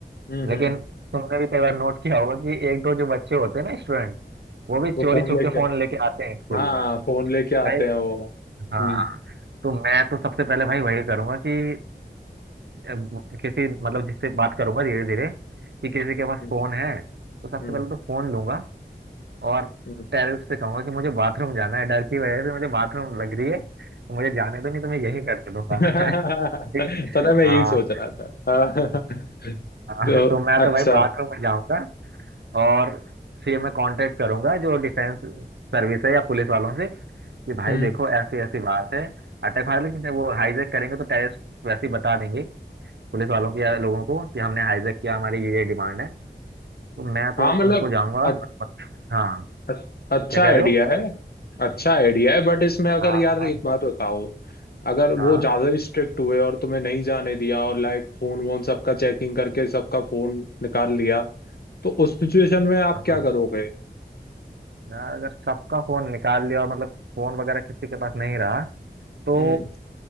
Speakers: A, on the left; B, on the right.
A: हम्म
B: लेकिन
A: हम्म
B: तुमने भी कई बार नोट किया होगा कि एक दो जो बच्चे होते हैं ना स्टूडेंट वो भी चोरी
A: वो फोन
B: छुप
A: लेके
B: के फोन लेके आते हैं स्कूल
A: हाँ
B: में
A: फोन लेके
B: भाई
A: आते हैं वो
B: हाँ
A: हम्म
B: तो मैं तो सबसे पहले भाई वही करूंगा कि अ, किसी मतलब जिससे बात करूंगा धीरे धीरे कि किसी के पास
A: हम्म
B: फोन है तो सबसे
A: हम्म
B: पहले तो फोन लूंगा और
A: हम्म।
B: टेरेस से कहूंगा कि मुझे बाथरूम जाना है डर की वजह से मुझे बाथरूम लग रही है तो
A: <laughs>
B: मुझे जाने दो नहीं तो मैं यही कर दूंगा
A: पता
B: <laughs> ठीक
A: है, मैं यही
B: हाँ
A: सोच रहा था <laughs> हाँ।
B: हाँ,
A: तो
B: तो मैं
A: अच्छा
B: तो भाई बाथरूम में जाऊंगा और फिर मैं कांटेक्ट करूंगा जो डिफेंस सर्विस है या पुलिस वालों से कि भाई
A: हम्म
B: देखो ऐसी ऐसी बात है अटैक हालांकि वो हाईजैक करेंगे तो टेररिस्ट वैसे ही बता देंगे पुलिस वालों की या लोगों को कि हमने हाईजैक किया हमारी ये ये डिमांड है तो मैं तो
A: हाँ मतलब
B: उनको जाऊंगा
A: अ-
B: मत, मत, हाँ
A: अ- अच्छा
B: क्या कह
A: आइडिया
B: रहे हो
A: है अच्छा आइडिया है बट इसमें अगर
B: हाँ
A: यार
B: हाँ
A: एक बात बताओ अगर
B: हाँ
A: वो ज्यादा स्ट्रिक्ट हुए और तुम्हें नहीं जाने दिया और लाइक फोन वोन सबका चेकिंग करके सबका फोन निकाल लिया तो उस सिचुएशन में आप
B: हाँ
A: क्या करोगे
B: यार अगर सबका फोन निकाल लिया और मतलब फोन वगैरह किसी के पास नहीं रहा तो
A: हम्म